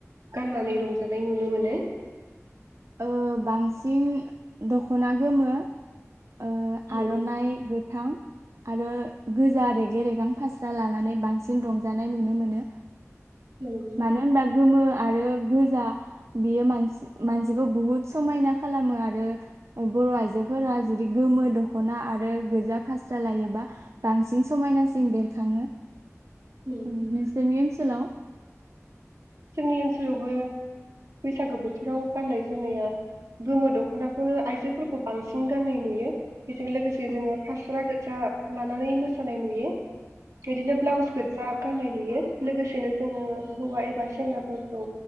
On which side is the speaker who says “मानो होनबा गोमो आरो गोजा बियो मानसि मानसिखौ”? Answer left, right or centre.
Right